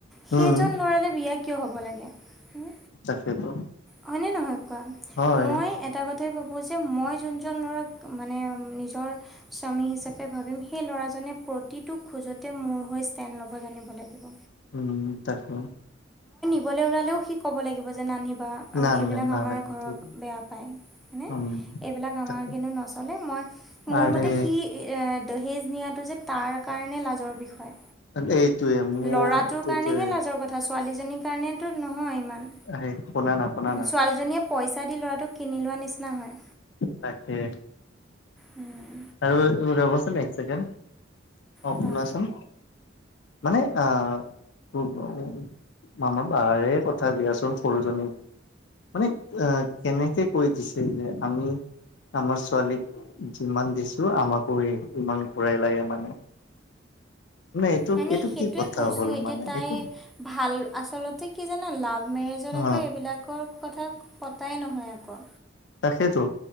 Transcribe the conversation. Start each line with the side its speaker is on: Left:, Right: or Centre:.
Centre: হে
Left: উম
Centre: সেইজন ল'ৰালে বিয়া কিয় হ'ব লাগে। উম
Left: তাকেতো
Centre: হয়নে নহয় কোৱা
Left: হয়
Centre: মই এটা কথা। সেইটো ভাবোঁ যে মই যোনজন ল'ৰাক মানে নিজৰ। স্বামী হিচাপে ভাবিম সেই ল'ৰাজনে প্ৰতিটো খোজতে মোৰ হৈ ষ্টেণ্ড ল'ব জানিব লাগিব।
Left: উম তাকে।
Centre: কবালে ওলালেও সি ক'ব লাগিব যে নানী। বা আ
Left: না
Centre: এই বিলাক
Left: নাই নালাগে
Centre: আমাৰ ঘৰত
Left: এইটোৱেতো
Centre: বেয়া পায় মানে
Left: উম
Centre: এই বিলাক আমাৰ
Left: তাকে
Centre: কিন্তু নচলে ম‌ই আ মোৰ
Left: আৰে
Centre: মতে সি এই দহেজ নিয়াটো যে তাৰ কাৰণে লাজৰ বিষয়।
Left: এইটোৱে মোৰ
Centre: লৰাটোৰ
Left: এইটোৱে
Centre: কাৰণেহে লাজৰ কথা ছোৱালীজনীৰ কাৰণেতো নহয় ইমান।
Left: এ সেই পোনা না পোনা না।
Centre: ছোৱালীজনীয়ে পইচা দি ল'ৰাটোক কিনি লোৱাৰ নিচিনা হয়।
Left: তাকে।
Centre: উম।
Left: আৰু ৰবচোন এক চেকেণ্ড অ
Centre: কোৱা
Left: শুনাচোন। মানে আ। উম উ উ মানুহ বাহিৰে কথা দিয়াচোন সৰুজনীক। মানে আ কেনেকে। কৈ দিছে যে আমি আমাৰ ছোৱালীক যিমান দি। ছো আমাকো ইমান ঘূৰাই লাগে মানে। এইটো
Centre: মানে
Left: এইটো
Centre: সেইটোয়ে
Left: কি কথা
Centre: কৈছোঁ
Left: হ'ল
Centre: এতিয়া
Left: মানে
Centre: তাই
Left: এইটো
Centre: ভাল আচলতে কি জানা লাভ। মেৰেজত
Left: অ
Centre: আকৌ এইবিলাকৰ কথা পতাই নহয় আকৌ
Left: তাকে টো